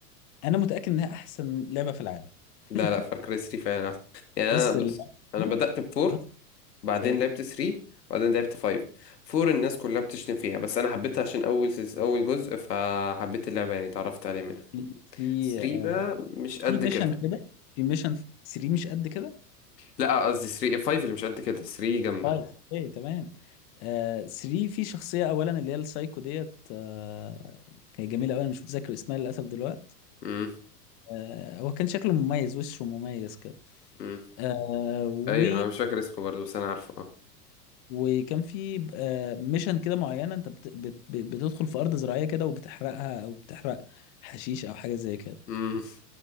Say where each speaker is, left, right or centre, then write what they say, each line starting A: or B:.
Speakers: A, on the left; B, on the left.
A: انا متاكد انها احسن لعبه في العالم
B: لا
A: <laughs>
B: لا فار كراي 3 فعلا احسن يعني
A: بص
B: انا بص
A: اللعبه
B: انا
A: دي
B: بدات ب 4
A: بص،
B: بعدين
A: ايه
B: لعبت 3 بعدين لعبت 5 4 الناس كلها بتشتم فيها بس انا حبيتها عشان اول سلس- اول جزء فحبيت اللعبه يعني اتعرفت عليه منها
A: في في
B: 3
A: آه،
B: بقى مش قد
A: في ميشن
B: كده
A: كده في ميشن 3 مش قد كده
B: لا قصدي 3 5 اللي مش قد كده 3 جامده
A: طيب ايه تمام آه 3 في شخصيه اولا اللي هي السايكو ديت آه كانت جميله قوي انا مش متذكر اسمها للاسف دلوقتي
B: امم
A: آه هو كان شكله مميز وشه مميز
B: امم
A: آه و
B: ايوه انا مش فاكر اسمه برضه بس انا عارفه اه
A: وكان في آه ميشن كده معينه انت بت... بت... بتدخل في ارض زراعيه كده وبتحرقها او بتحرق حشيش او حاجه زي كده
B: امم